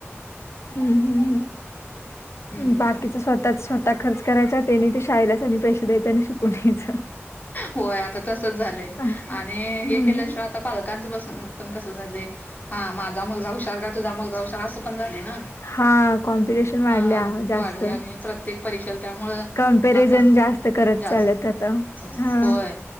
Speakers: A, on the left; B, on the left.
A: हम्म हम्म
B: हम्म
A: हम्
B: हम्म
A: बाकीच स्वतःच स्वतः ता खर्च करायचा त्याने ते शाळेलाच आणि पैसे द्यायचे आणि शिकून घच
B: होय आता तसच झालंय
A: असं हम्म
B: आणि हे केल्याशिवाय
A: हम्म
B: आता पालकांच बसून पण कसं झाले हा माझा मुलगा हुशार का तुझा मुलगा हुशार असं पण झाले ना
A: हा कॉम्पिटिशन वाढले
B: हा वाढले
A: जास्त
B: आणि प्रत्येक परीक्षेला त्यामुळं
A: कमपेरिझन
B: आता
A: जास्त ते करत
B: जास्त
A: चालत आता
B: हो
A: हा
B: होय